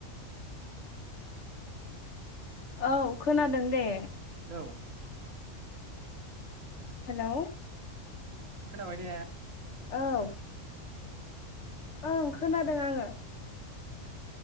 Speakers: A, on the left (about 60°); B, on the right (about 75°).
A: औ खोनादों दे
B: हेलौ
A: हेलौ
B: खोनाबाय ने
A: औ ओं खोनादों आङो।